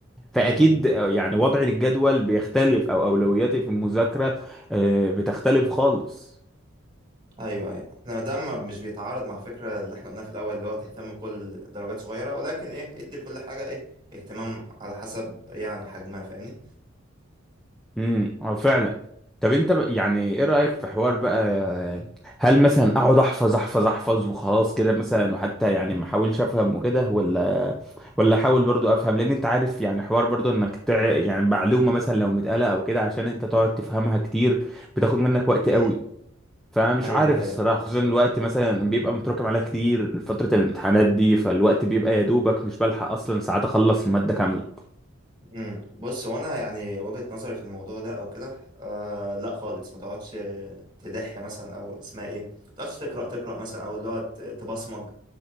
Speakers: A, on the right; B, in the centre.
A: م-
B: فأكيد
A: م.
B: آه، يعني وضعي للجدول بيختلف أو أولوياتي في المذاكرة آه، بتختلف خالص
A: ايوه ايوه احنا ما دام ما- مش بيتعارض مع فكره اللي احنا قلناها في الاول اللي هو تهتم بكل درجات صغيره ولكن ايه ادي لكل حاجه ايه اهتمام على حسب يعني حجمها فاهمني
B: امم اه فعلا طب انت ب- يعني ايه رأيك في حوار بقى هل مثلا اقعد احفظ احفظ احفظ وخلاص كده مثلا وحتى يعني ما احاولش افهم وكده ولا ولا احاول برضو افهم لان انت عارف يعني حوار برضو انك تع... يعني معلومة مثلا لو متقالة او كده عشان انت تقعد تفهمها كتير بتاخد منك وقت قوي
A: امم
B: فمش
A: ايوه
B: عارف
A: ايوه
B: الصراحة خصوصا الوقت مثلا بيبقى متراكم عليها كتير فترة الامتحانات دي فالوقت بيبقى يا دوبك مش بلحق اصلا ساعات اخلص المادة كاملة
A: امم بص هو انا يعني وجهه نظري في الموضوع ده او كده آه لا خالص ما تقعدش تدح مثلا او اسمها ايه ما تقعدش تقرا تقرا مثلا او اللي هو ت- تبصمج